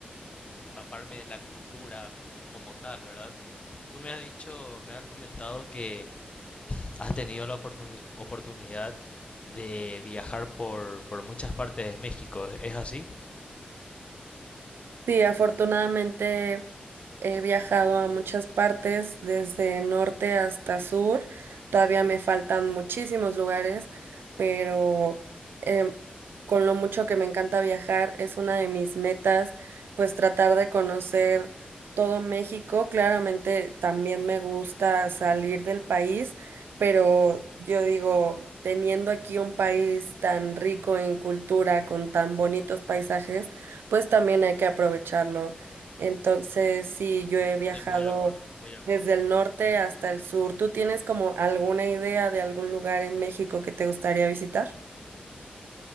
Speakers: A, on the left; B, on the right.
A: este, empaparme de la cultura co- como tal, ¿verdad? Tú me has dicho, me has comentado que ¿Has tenido la oportuni- oportunidad de viajar por, por muchas partes de México? ¿Es así?
B: Sí, afortunadamente he viajado a muchas partes, desde norte hasta sur. Todavía me faltan muchísimos lugares, pero em, con lo mucho que me encanta viajar, es una de mis metas, pues tratar de conocer todo México. Claramente también me gusta salir del país, pero yo digo, teniendo aquí un país tan rico en cultura, con tan bonitos paisajes, pues también hay que aprovecharlo. Entonces, sí, yo he
A: Estoy
B: viajado
A: muy de acuerdo, muy de acuerdo.
B: desde el norte hasta el sur. ¿Tú tienes como alguna idea de algún lugar en México que te gustaría visitar?